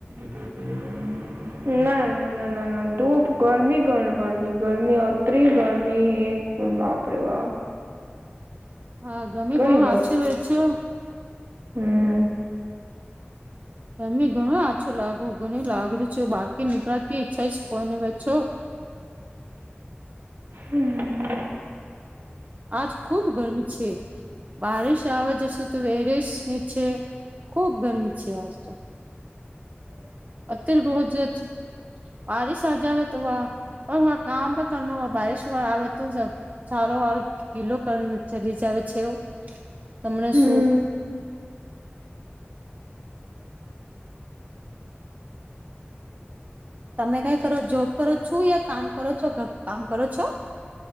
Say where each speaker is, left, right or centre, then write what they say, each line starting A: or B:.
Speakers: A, on the right; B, on the right.
A: હમ <inaudible> ના ના ના ના ના ધૂપ ગરમી ઘણ પડતી ગરમી અત્રી ગરમી હે હ બાપ રે બાપ
B: હા ગમી
A: ઘણી
B: બહુ હચો વચ્યો
A: હમ્મ.
B: તન બી ગમી ઘણો આછો લાગો ઘણી લાગડી છો બાકી નીકાળતી ઈચ્છાશ કોની વે છો.
A: હમ્મ.
B: આજ ખૂબ ગરમી છે. બારીશ આવવા જશે તો વેરેસ શું છે ખૂબ ગરમી છે આજ તો.
A: હા <inaudible>
B: અતીર રોજ જ બારિશ આજાવે તો વા પણ મારે કામ કરનો બારિશ આવે તો જ સારો વાળો ગીલો કરીને ચગે ચલી જાવે છેવ તમને
A: હમ
B: શું? તમે કઈ કરો જોબ કરો છો યા કામ કરો છો ઘર કામ કરો છો?